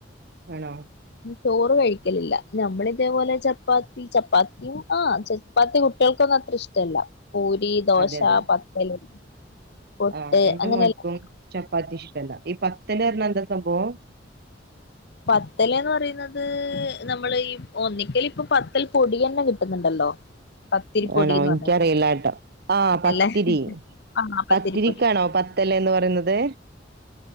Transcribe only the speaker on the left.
ചോറ് കഴിക്കലില്ല നമ്മള ഇതേപോലെ ചപ്പാത്തി ചപ്പാത്തിയും ആ ചപ്പാത്തി കുട്ടികൾക്കൊന്നും അത്ര ഇഷ്ടല്ല പൂരി ദോശ
പത്തല പൊട്ട്
അങ്ങനെല്ലാം
പത്തലന്ന് പറയുന്നത് നമ്മള് ഒന്നിക്കൽ ഇപ്പൊ പത്തൽ പൊടി തന്നെ കിട്ടുന്നുണ്ടല്ലോ പത്തിരിപ്പൊടിന്ന്
പറഞ്ഞിട്ട്
അല്ലേ ആ പത്തിരിപ്പൊടി